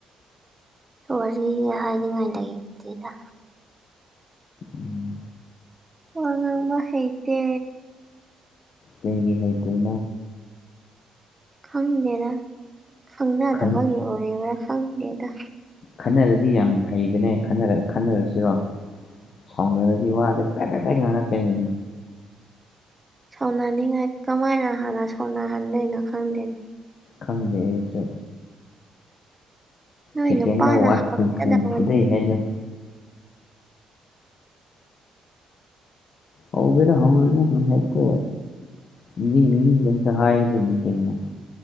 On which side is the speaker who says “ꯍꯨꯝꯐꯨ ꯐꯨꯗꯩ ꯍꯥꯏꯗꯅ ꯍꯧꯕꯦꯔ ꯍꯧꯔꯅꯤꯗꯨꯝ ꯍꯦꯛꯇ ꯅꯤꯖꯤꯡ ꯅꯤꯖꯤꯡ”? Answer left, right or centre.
Left